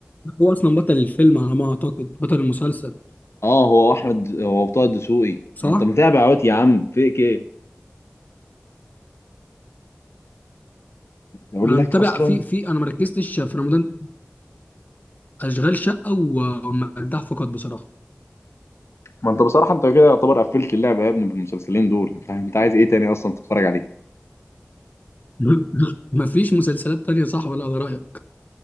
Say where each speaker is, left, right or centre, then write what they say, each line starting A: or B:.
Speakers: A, on the left; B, on the left.
A: هو اصلا بطل الفيلم على ما اعتقد بطل المسلسل
B: اه هو احمد هو طه دسوقي
A: صح
B: ما انت متابع اهوت يا عم فيك ايه اقول
A: انا
B: لك
A: متابع
B: اصلا
A: في في انا ما ركزتش في رمضان اشغال شقه و- والمداح فقط بصراحه
B: ما انت بصراحه انت كده يعتبر قفلت اللعبه يا ابني بالمسلسلين دول انت انت عايز ايه تاني اصلا تتفرج عليه
A: <laughs> مفيش مسلسلات تانية صح ولا على رأيك